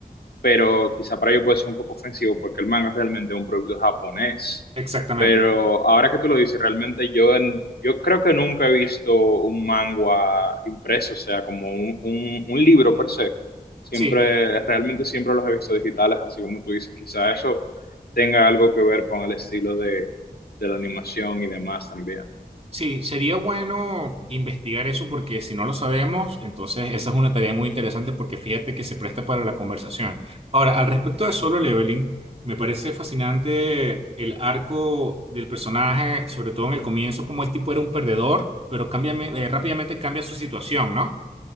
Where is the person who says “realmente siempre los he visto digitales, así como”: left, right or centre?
Left